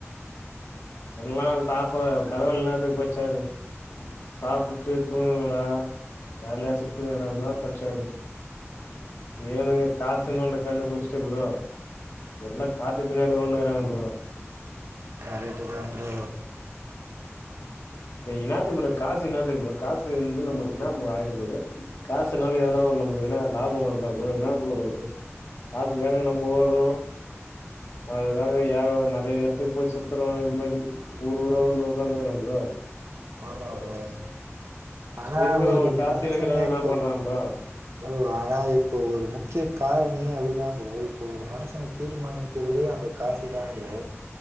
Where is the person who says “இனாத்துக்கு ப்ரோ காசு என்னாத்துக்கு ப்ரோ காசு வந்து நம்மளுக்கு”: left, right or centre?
Left